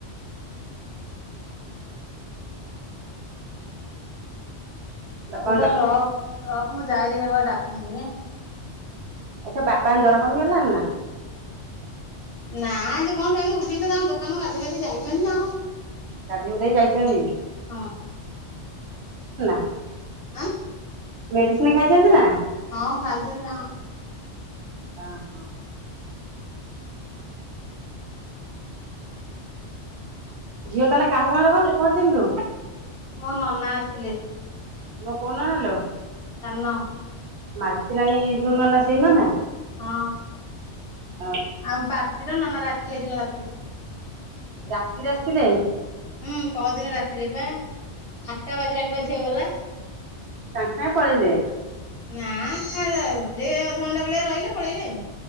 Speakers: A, on the right; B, on the left.
A: ବାପାଙ୍କ
B: ହଉ ତ ରହ ରଖ୍ ମୁଁ ଯାଏ ଦେଖିବା କ ଡାକୁଚି।
A: ଆଚ୍ଛା ବାପାଙ୍କ ଜର କମି ହେଲାନ ନା।
B: ନା ଆ ଯେ କଣ ସେମ ଉଠିକିତ ତାଙ୍କ ଦୋକାନରୁ ଗାଧିକାଧି ଯାଇଛନ୍ତି ନା କଣ।
A: ଗାଧେଇ ବୁଧେଇ ଯାଇଛନ୍ତି
B: ହଁ
A: <unintelligible>
B: ଆଁ
A: ମେଡିସିନ ଖାଇଚନ୍ତି ନା।
B: ହଁ ଖାଇଛନ୍ତିଛନ୍ତି ନା
A: ହ ହଁ। ଝିଅ ତାନେ କାହା ସାଙ୍ଗରେ ଗଲେ ପଅରଦିନରୁୁ।
B: ମୋ ନନା ଆସିଥିଲେ।
A: ମୋ କୋଉ ନନାଲୋ।
B: ସାନ।
A: ମାଳତି ନାନୀ ଯୋଉ ନନା ସେଇ ନନା।
B: ହଁ
A: ହଁ
B: ଆମ ପାତିର ନନାର ଆସିଥିଲେ ହେଇଦିନ ରାତିରେ।
A: ରାତିରେ ଆସିଥିଲେ।
B: ହୁଁ ପଅରଦିନ ରାତିରେ ବା ଆଠଟା ବାଜିଲାଣିବା ଝିଅ ଗଲା।
A: ସାଙ୍ଗେ ସାଙ୍ଗେ ପଳେଇଲେ।
B: ନା ନା ସେ ଅଧଘଣ୍ଟା ଭଳିଆ ରହିଲେ ପଳେଇଲେ।